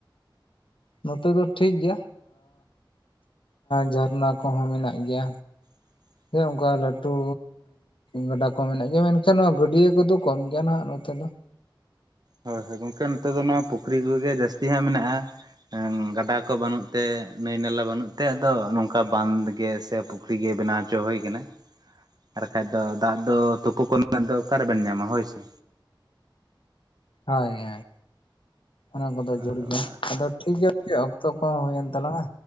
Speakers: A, on the left; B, on the right.
A: ᱱᱚᱛᱮ ᱫᱚ ᱴᱷᱤᱠ ᱜᱮᱭᱟ ᱡᱷᱟᱨᱱᱟ ᱠᱚᱦᱚᱸ ᱢᱮᱱᱟᱜ ᱜᱮᱭᱟ
B: <unintelligible>
A: ᱜᱮ ᱚᱱᱠᱟ ᱞᱟᱹᱴᱩ ᱜᱟᱰᱟ ᱠᱚ ᱢᱮᱱᱟᱜ ᱜᱮᱭᱟ ᱢᱮᱱᱠᱷᱟᱱ ᱱᱚᱣᱟ ᱜᱟᱹᱰᱭᱟᱹ ᱠᱚᱫᱚ ᱠᱚᱢ ᱜᱮᱭᱟ ᱱᱟᱦᱟᱜ ᱱᱚᱛᱮ ᱫᱚ
B: ᱦᱳᱭ ᱦᱳᱭ ᱜᱚᱝᱠᱮ ᱱᱚᱛᱮ ᱫᱚ ᱱᱚᱣᱟ ᱯᱩᱠᱷᱨᱤ ᱠᱚᱜᱮ ᱡᱟᱹᱥᱛᱤ ᱦᱟᱸᱜ ᱢᱮᱱᱟᱜᱼᱟ ᱜᱟᱰᱟ ᱠᱚ ᱵᱟᱹᱱᱩᱜ ᱛᱮ ᱱᱟᱹᱭ ᱱᱟᱞᱟ ᱵᱟᱹᱱᱩᱜ ᱛᱮ ᱟᱫᱚ ᱱᱚᱝᱠᱟ ᱵᱟᱸᱫ ᱜᱮ ᱥᱮ ᱯᱩᱠᱷᱨᱤ ᱜᱮ ᱵᱮᱱᱟᱣ ᱪᱚ ᱦᱩᱭ ᱠᱟᱱᱟ ᱟᱨ ᱵᱟᱠᱟᱱᱡ ᱫᱚ ᱫᱟᱜ ᱫᱚ ᱛᱩᱯᱩ ᱠᱚᱨᱮᱱᱟᱜ ᱫᱚ ᱚᱠᱟᱨᱮᱵᱮᱱ ᱧᱟᱢᱟ ᱦᱳᱭ ᱥᱮ
A: ᱦᱳᱭ ᱦᱳᱭ ᱚᱱᱟ ᱠᱚᱫᱚ
B: ᱟᱫᱚ
A: ᱡᱩᱨ ᱜᱮᱭᱟ
B: ᱚᱱᱟ
A: ᱟᱫᱚ ᱴᱷᱤᱠ ᱜᱮᱭᱟ ᱚᱠᱛᱚ ᱠᱚᱦᱚᱸ ᱦᱩᱭᱮᱱ ᱛᱟᱞᱟᱝᱼᱟ